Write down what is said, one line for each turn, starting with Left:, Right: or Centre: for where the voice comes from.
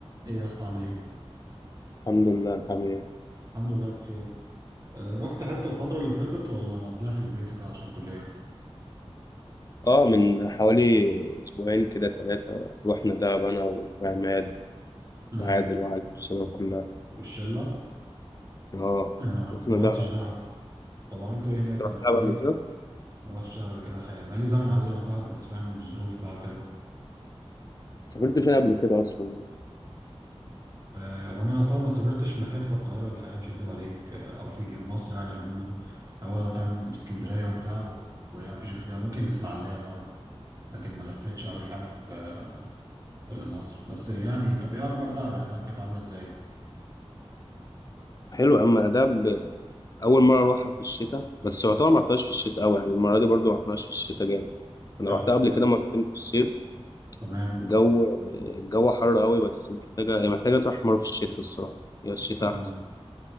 Right: ايه يا اسطى عامل ايه؟
Left: الحمد لله انت عامل ايه؟
Right: الحمد لله بخير أه رحت حتة الفترة اللي فاتت ولا مقضيها في البيت وكده عشان الكلية؟
Left: اه من حوالي اسبوعين كده ثلاثة رحنا دهب انا وعماد
Right: امم
Left: وعادل وعادل الشباب كلها
Right: والشلة؟
Left: اه
Right: انا
Left: رحنا
Right: ما
Left: دهب
Right: رحتش دهب طب عملت ايه هناك؟
Left: أنت
Right: انا
Left: رحت
Right: بقالي
Left: دهب قبل كده؟
Right: ما رحتش دهب قبل كده حقيقة بقالي زمن عايز اروح دهب بس فاهم الظروف بقى وكده
Left: سافرت فين قبل كده اصلا؟
Right: أه هو انا يعتبر ما سافرتش مكان في القاهرة الحقيقة مش هكدب عليك آه، او في مصر يعني عموما هو فاهم اسكندرية وبتاع و- وهي مفيش غير كده ممكن الاسماعيلية مرة لكن ما لفتش أوي الحقيقة في آه، في مصر بس يعني طب ايه اخبار دهب يعني دهب كانت عاملة ازاي؟
Left: حلو يا عم دهب اول مرة اروحها في الشتاء بس يعتبر ما رحتهاش في الشتاء قوي يعني المرة دي برضو ما رحناش في الشتاء جامد انا
Right: اه
Left: رحتها قبل
Right: آه،
Left: كده مرتين في الصيف
Right: تمام
Left: الجو الجو حر قوي بس محتاجة هي محتاجة تروح مرة في الشتاء الصراحة هي الشتاء
Right: تمام
Left: احسن